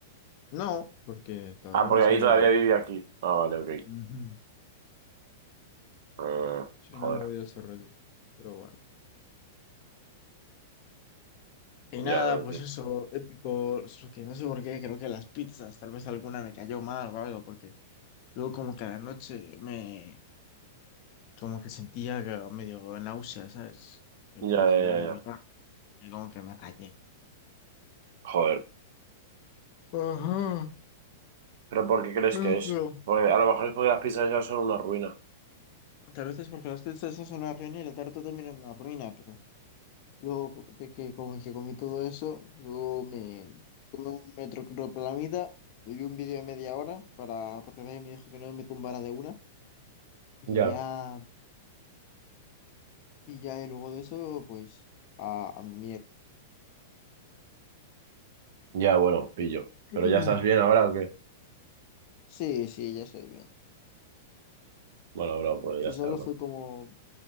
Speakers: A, on the left; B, on the right.
A: No, porque todavía
B: Ah, porque
A: no se
B: ahí
A: había
B: todavía
A: ido.
B: vivía aquí. Ah, vale, ok.
A: Ujú.
B: Ah,
A: Sí, no
B: joder.
A: ha movido ese rollo. Pero bueno. Y nada,
B: Ya,
A: pues eso, épico. solo que no sé por qué, creo que las pizzas, tal vez alguna me cayó mal o algo, porque luego como que a la noche me. como que sentía que medio náusea, ¿sabes? Y
B: ya,
A: medio que
B: ya,
A: iba
B: ya,
A: a vomitar,
B: ya.
A: y como que me rayé.
B: Joder.
A: Ajá,
B: ¿Pero por qué crees
A: eh,
B: que es?
A: pero
B: Porque a lo mejor es porque las pizzas ya son una ruina.
A: tal vez es porque las pizzas esas son una ruina y la tarta también es una ruina, pero luego de que como que comí todo eso, luego me tomé un metro metoclopramida, vi un vídeo de media hora para, porque nadie me dijo que no me tumbara de una, y
B: Ya,
A: ya, y ya, y luego de eso, pues, a, a mi mierda.
B: ya, bueno, pillo.
A: <clears throat>
B: ¿Pero ya estás bien ahora o qué?
A: Sí, sí, ya estoy bien.
B: Bueno, bro, pues
A: Y
B: ya está,
A: solo
B: bro.
A: fue como